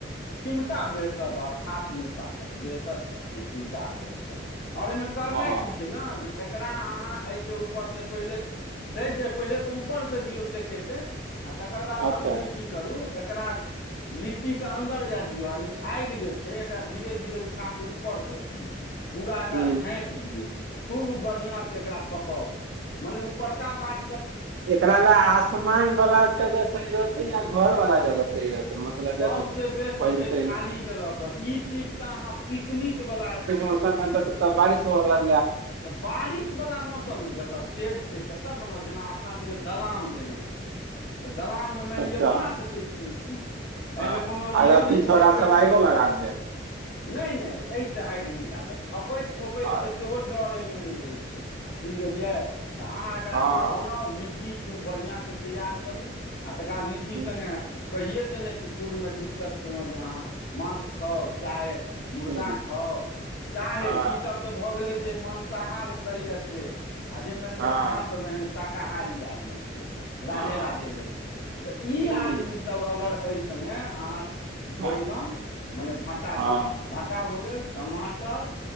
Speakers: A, on the left; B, on the right.
A: चिमटा बेहतर रहत, हाथ नहि पाकत, बेहतर चीज छै, चिमटा अगर एछत। और एहिमे करनाइ
B: हँ
A: की छै ने जे एकरा अहाँ एहिके ऊपर से पहिले दैत जाय पहिले तऽ ऊपर से दियौ सेकेतै। आ तकर बाद
B: अच्छा
A: अन्तमे की करू एकरा लिट्टीके अन्दर जाय दियौ, आ ई आगि जे छै एकरा धीरे- धीरे उठा कऽ ऊपरसँ दियौ। पूरा एकरा
B: ह
A: झाँपि दियौ, खूब बढ़िआँ से एकरा पकाउ, मने ऊपरका पाट
B: एकरा लए आसमान वाला जगह सही रहतै, या घर वाला जगह सही रहतै। मतलब
A: सभसे
B: ज
A: बेस्ट
B: पलतै
A: छै खाली
B: ने
A: जगह पर, ई चीज तऽ अहाँ पिकनिक वला
B: ओइ सम मे त बारिश होअ लग
A: तऽ बारिश वला मौसममे, जतऽ सेड छै। ततऽ बनाउ जेना अपना सबके दलान रहै छै, तऽ दलान मे
B: हेतै
A: मानि
B: तब
A: लिअ
B: तऽ
A: बना सकै छी। चीज एहिमे
B: अ,
A: कोनो इहो
B: आ राति
A: नहि छै,
B: छौड़ा
A: अपैत
B: सब
A: कू
B: आगो लगा देत
A: नहि, नहि, एहिसँ आगि नहि लागल, अपैत खोपैतके
B: और
A: सेहो डर एहिमे नहि रहैत छै। बुझि गेलियै, तऽ अहाँ एकरा
B: हँ
A: बनाउ, लिट्टी खूब बढ़िआँसँ तैयार करू। आ तकाद लिट्टी सङ्गे
B: हूँ,
A: कहिे देने छी, पूर्वमे डिस्कस केलहुँ जे अहाँ मांस खाउ चाहे मुर्गा
B: हूँ,
A: खाउ, चाहे
B: हँ
A: ई सब तऽ भऽ गेलै जे मांसाह करैय से, आ जे मानि लि
B: हँ
A: अहाँ सब एहन शाकाहारी आदमी छै। राधे
B: हँ
A: राधे लोक छै, तऽ ई
B: हूँ,
A: आदमीसभ अगर एहि सङ्गे अहाँ
B: हँ
A: बैगन मने भाटा,
B: हँ
A: भाटा भऽ गेल, टमाटर,